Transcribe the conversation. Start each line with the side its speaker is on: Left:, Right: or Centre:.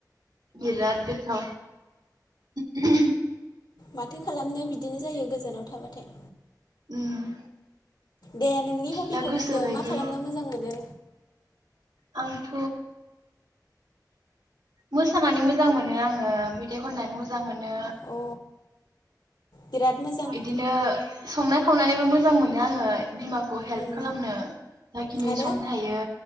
Right: बिराद गोथाव <inaudible>
Left: माथो खालामनो बिदिनो जायो गोजानाव थाबाथाय।
Right: उम
Left: दे नोंनि हबिखौ
Right: दा गोसोबायदि
Left: बुंदो मा खालामनो मोजां मोनो?
Right: आंथ' मोसानानै मोजां मोनो आंङो मेथाइ खननानै मोजां मोनो
Left: अ बिराद मोजां।
Right: इदिनो संनाय खावनानैबो मोजां मोनो आंङो बिमाखौ हेल्प
Left: उम
Right: खालामनो जाखिनि
Left: आरो
Right: सम थायो